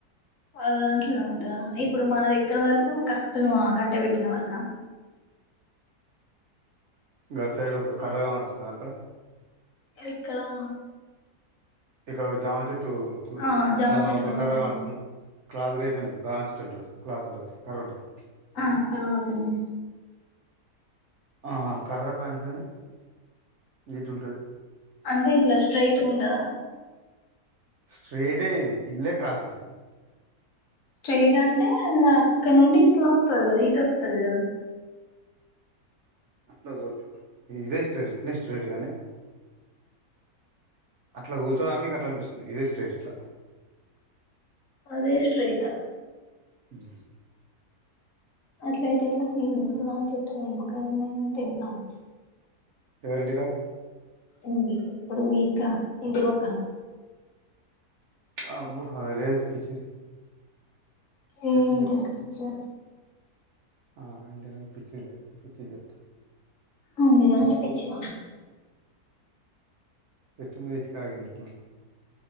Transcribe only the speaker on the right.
గ సైడ్ ఒక కర్ర గన్పాడ్తుంద అక్కడ
ఇక్కడ ఒక జామ చెట్ టూ
దాన్
అవతల
కర్ర గాన్పడ్తుంద క్లాతు గట్నట్ టున్టది క్లాత్ ఉంటది కర్ర ఉంటది
ఆ కర్ర కంచని వీట్ ఉంటది
స్ట్రేటే ఇది ఇల్లే క్రాస్ ఉంటది
అట్లా వొదు ఇదే స్ట్రైట్ ఇట్నే స్ట్రేట్ గానీ అట్లా కూర్చోడానికి అట్లా అనిపిస్తుంది ఇదే స్ట్రైట్ ఇట్లా
ఉమ్
ఎవర్ఇంటిగ
ఆ అబ్బు హారెర్ పిచ్చి పిచ్చి
చెప్తు
ఆ అంటేనే అమక్ పిచ్చిది పిచ్చి చెప్పుత
ఎట్టు మీద్ ఇటుక ఆగింది ఎట్లానో